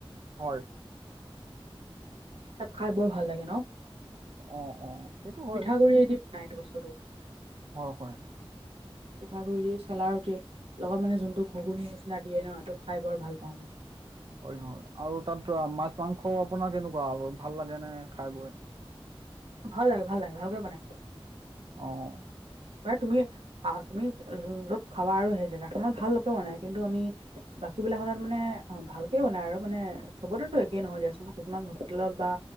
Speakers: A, on the right (about 50°); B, on the right (about 70°).
A: হয়।
B: তাত খাই বৰ ভাল লাগে ন
A: অ' অ' সেইটো হয়।
B: পিঠাগুড়িয়ে দি বনাই এইটো বস্তুটো
A: হয় হয়।
B: পিঠাগুৰি দি চেলা ৰুটি। লগত মানে জোনটো ঘুগুনী নিচিনা দিয়ে ন এইটো খাই বৰ ভাল পাওঁ মই।
A: হয় হয় আৰু তাত ধৰা মাছ মাংস আপোনাৰ কেনেকুৱা ভাল লাগে নে খাই বৈ?
B: ভাল লাগে ভাল লাগে ভালকে বনায়।
A: অ'।
B: প্ৰায় তুমি তুমি য'ত খাবা আৰু সেই জেগাখনত ভালকে বনাই, কিন্তু আমি বাকী বিলাক হঁতত মানে অ ভালকে বনায় আৰু, মানে চবতেতো একে নহয় দিয়াচোন কিছুমান হোটেলত বা